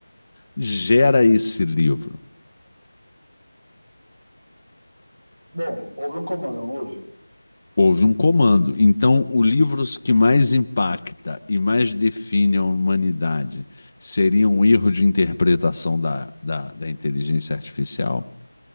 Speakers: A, on the left; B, on the right.
A: gera esse livro.
B: Bom, houve um comando, não houve?
A: Houve um comando. Então, o livro que mais impacta e mais define a humanidade seria um erro de interpretação da, da, da inteligência artificial